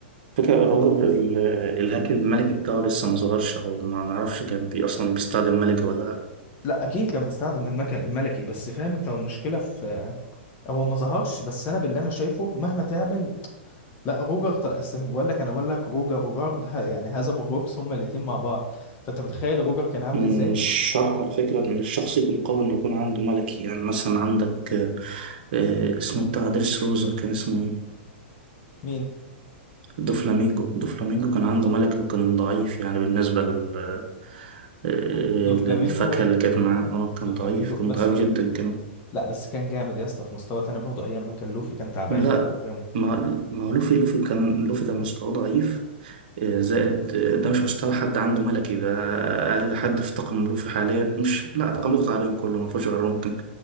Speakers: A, on the right; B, on the left.
A: فكرة روجر ال- الهاكر الملكي بتاعه لسه ما ظهرش أو ما نعرفش كان بي أصلا بيستخدم ملكي ولا لأ
B: لا اكيد كان بيستخدم المكن الملكي بس فاهم انت المشكله في هو ما ظهرش بس انا باللي انا شايفه مهما تعمل لا روجر طل... أصل بقول لك انا بقول لك روجر وجارب ه- يعني هزموا الروكس هما الاثنين مع بعض فانت متخيل روجر كان عامل
A: مش
B: ازاي
A: شرط على فكرة إن الشخص يكون قوي إنه يكون عنده ملكي يعني مثلا عندك آه، آه، اسمه بتاع دريس روزا كان اسمه إيه؟
B: مين
A: دوفلامينجو دوفلامينجو كان عنده ملكي وكان ضعيف يعني بالنسبة لل آه، آه،
B: دو
A: للفاكهة
B: فلامينجو
A: اللي كانت معاه اه كان
B: دو فلامينجو
A: ضعيف كان
B: بس
A: ضعيف
B: دو
A: جدا
B: فل...
A: كمان
B: لا بس كان جامد يا اسطى في مستوى تاني برضه ايام ما كان لوفي كان تعبان
A: لا
B: برضه جامد
A: ما ما هو لوفي لوفي كان لوفي كان مستواه ضعيف آه، زائد آه، ده مش مستوى حد عنده ملكي ده أقل حد في طاقم ملوفي حاليا مش لا طاقم ملوفي حاليا كله ما فيهوش غير ممكن